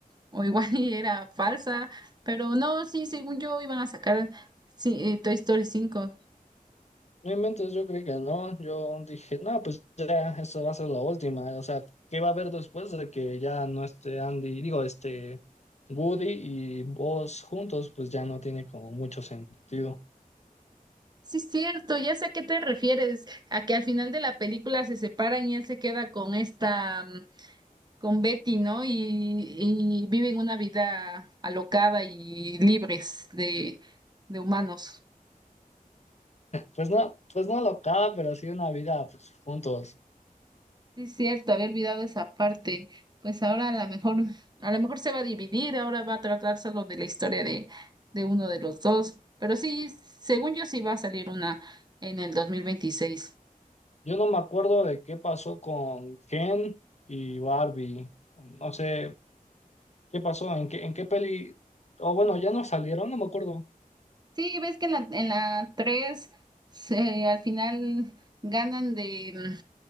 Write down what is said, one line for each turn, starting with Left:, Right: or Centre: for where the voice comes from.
Right: o igual <laughs> y era falsa, pero no, sí, según yo iban a sacar sí, eh, Toy Story 5.
Left: No inventes, yo creí que no. Yo dije, no, pues ya, esta va a ser la última. O sea, ¿qué va a haber después de que ya no esté Andy? Digo, este, Woody y Buzz juntos, pues ya no tiene como mucho sentido.
Right: Sí, cierto, ya sé a qué te refieres, a que al final de la película se separan y él se queda con esta, mm, con Betty, ¿no? Y, y viven una vida alocada y libres de, de humanos.
Left: Pues no, pues no locada, pero sí una vida, pues juntos.
Right: Sí, es cierto, había olvidado esa parte. Pues ahora a lo mejor, a lo mejor se va a dividir, ahora va a tratar solo de la historia de, de uno de los dos. Pero sí, según yo sí va a salir una en el dos mil veintiséis.
Left: Yo no me acuerdo de qué pasó con Ken y Barbie. No sé qué pasó, en qué, en qué peli. O bueno, ya no salieron, no me acuerdo.
Right: Sí, ves que en la, en la 3 se- al final ganan de,